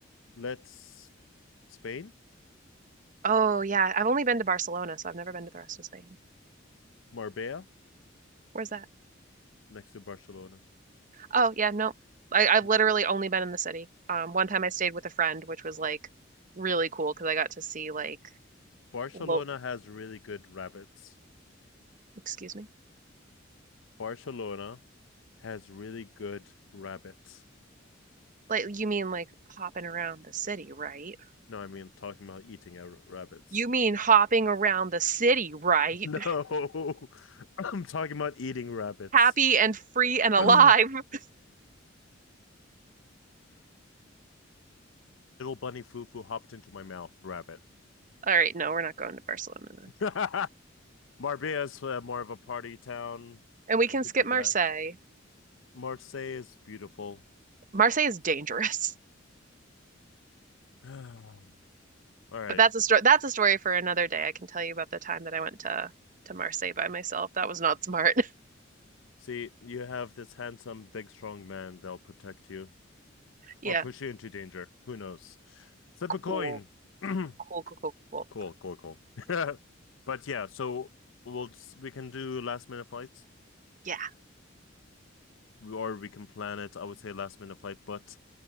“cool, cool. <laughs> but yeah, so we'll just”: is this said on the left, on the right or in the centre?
Left